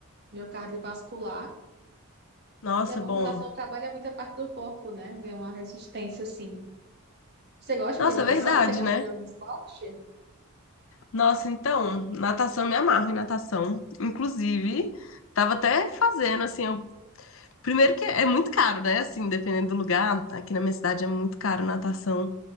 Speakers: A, on the right (about 45°); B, on the left (about 60°).
A: meu cardiovascular.
B: Nossa,
A: E é bom
B: bom.
A: que natação trabalha muita parte do corpo, né? Vê uma resistência, assim. Você gosta
B: Nossa,
A: de natação?
B: é verdade,
A: Você gosta
B: né?
A: de algum esporte?
B: Nossa, então, natação me amarro em natação. Inclusive, tava até fazendo, assim, eu... primeiro que é muito caro, né? Assim, dependendo do lugar, aqui na minha cidade é muito caro natação.